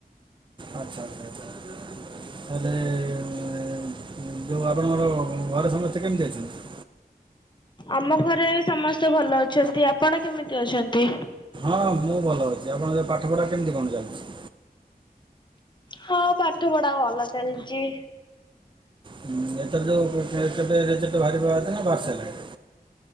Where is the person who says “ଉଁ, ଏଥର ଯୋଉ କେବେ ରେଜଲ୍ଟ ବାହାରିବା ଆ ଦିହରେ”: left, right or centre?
Right